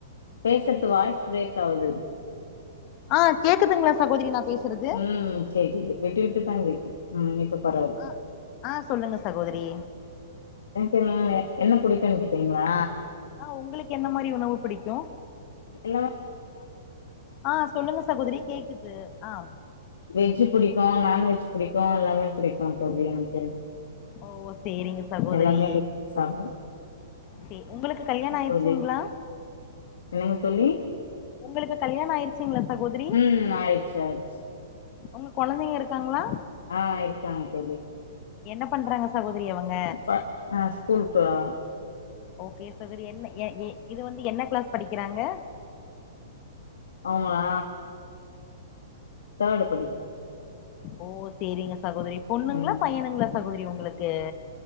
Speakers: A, on the left; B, on the left.
A: பேசுறது வாய்ஸ் பிரேக் ஆவுது
B: ஆ கேக்குதுங்களா சகோதரி நா பேசுறது
A: ம் கேக்குது விட்டு விட்டு தா கேக்குது ம் இப்ப பரவால்ல
B: ஆ ஆ சொல்லுங்க சகோதரி
A: என்தினாய் <unintelligible> என்ன புடிக்குன்னு கேட்டீங்களா
B: ஆ உங்களுக்கு என்ன மாரி உணவு புடிக்கும்
A: எல்லாமே புடிக்கும் நான் வெஜ் புடிக்கும்
B: ஆ சொல்லுங்க சகோதரி கேக்குது ஆ
A: வெஜ்ஜு புடிக்கும் நான்வெஜ் புடிக்கும் எல்லாமே புடிக்கு தோழி எனக்கு
B: ஓ சேரிங்க சகோதரி
A: எல்லாமே சாப்ப
B: சே உங்களுக்கு கல்யாணோ ஆயிட்ச்சுங்ளா
A: தோழி என்னங்க தோழி
B: உங்களுக்கு கல்யாணோ ஆயிருச்சிங்ளா சகோதரி
A: ம் ஆயிடுச்சு ஆயிடுச்சு
B: உங்க கொழந்திங்க இருக்காங்ளா
A: ஆ இருக்காங்க தோழி
B: என்ன பண்றாங்க சகோதரி அவங்க
A: ப- ஆ ஸ்கூல் போறாங்க
B: ஓகே சகோதரி என்ன எ இது வந்து என்ன கிளாஸ் படிக்கறாங்க
A: அவ்ங்களா தேர்ட் படிக்கிறா
B: ஓ சேரிங்க சகோதரி பொண்ணுங்ளா
A: ம்
B: பையனுங்ளா சகோதரி உங்களுக்கு